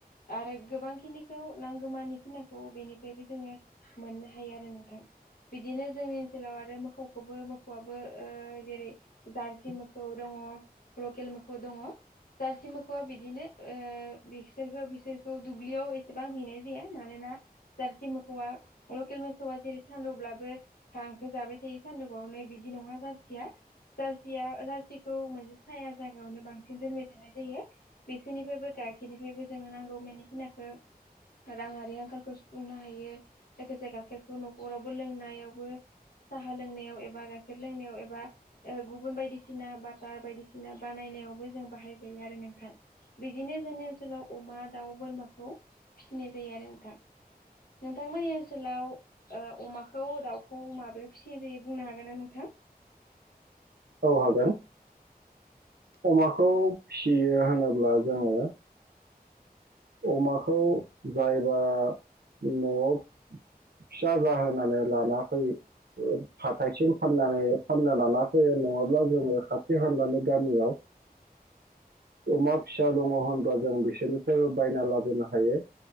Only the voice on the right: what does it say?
औ हागोन। अमा खौ फियो होनोब्ला जोङो। अमाखौ जायबा न'आव फिसा जाहोनानै लाना फै हाथायसिम फाननानै फानना लाना फैयो नङाब्ला जोङो खाथि हानजानि गामियाव अमा फिसा दङ' होनब्लाा जों बिसोर फोरबो बायना लाबोनो हायो।